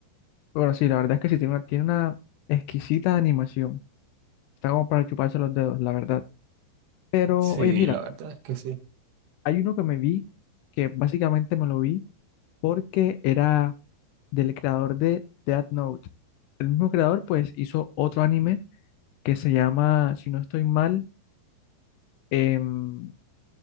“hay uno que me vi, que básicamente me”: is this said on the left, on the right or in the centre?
Left